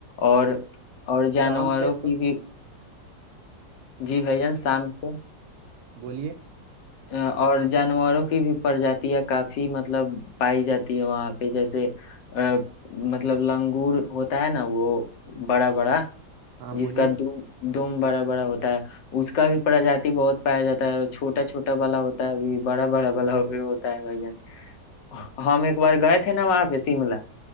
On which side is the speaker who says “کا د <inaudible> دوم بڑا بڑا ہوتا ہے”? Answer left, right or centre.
Left